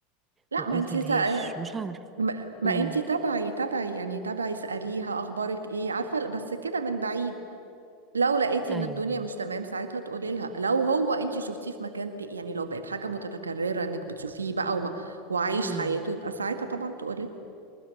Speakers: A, on the right; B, on the right.
A: لا
B: ما قلت
A: ما انت
B: لهاش
A: تا...
B: مش عارف
A: ما ما
B: امم
A: انت تبعي تبعي يعني تبعي اسأليها اخبارك ايه عارفة بس كده من بعيد لو لقيتي
B: ايوه
A: ان الدنيا
B: ايوه
A: مش تمام ساعتها تقولي لها لو هو انت شفتيه في مكان ت... يعني لو بقت حاجه متكرره انك بتشوفيه بقى وما... وعايش
B: امم
A: حياته يبقى ساعتها طبعا تقولي